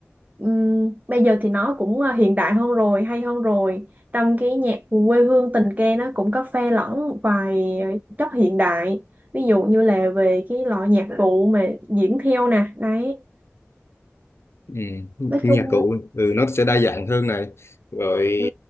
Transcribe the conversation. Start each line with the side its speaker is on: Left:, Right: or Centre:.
Right: Ừm, bây giờ thì nó cũng ờ, hiện đại hơn rồi, hay hơn rồi. Trong cái nhạc quê hương tình ca nó cũng có pha lẫn một vài chất hiện đại ví dụ như là về cái loại nhạc cụ mà diễn theo nè đấy
Left: Ừ,
Right: nói
Left: nhạc
Right: chung
Left: cụ ừ, nó sẽ đa dạng hơn này rồi
Right: ừ,